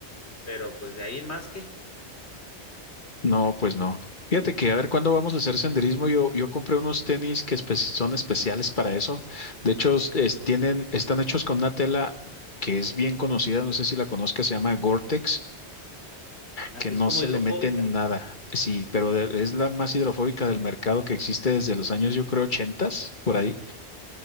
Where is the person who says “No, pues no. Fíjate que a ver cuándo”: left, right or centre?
Left